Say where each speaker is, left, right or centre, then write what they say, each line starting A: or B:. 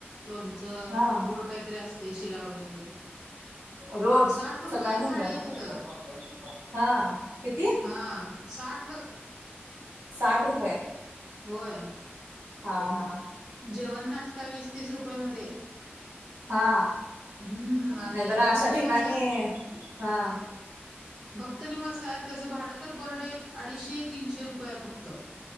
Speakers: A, on the right; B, on the right.
A: लोणचं,
B: हा
A: गोड काहीतरी असते शिरा वगैरे
B: रोज
A: साठ रुपयात
B: सकाळ, संध्याकाळ
A: थाळी आहे तिथं
B: हा किती?
A: हा साठ.
B: साठ रुपये?
A: होय.
B: हा, हा.
A: जेवण, नाश्ता वीस-तीस रुपये मध्ये.
B: हा,
A: हम्म आणि
B: नाहीतर
A: भक्त
B: अशा
A: निवास
B: ठिकाणी
A: आहेत
B: हा
A: फक्त निवास आहेत. त्याचं भाडं तर पर डे अडीचशे तीनशे रुपये फक्त.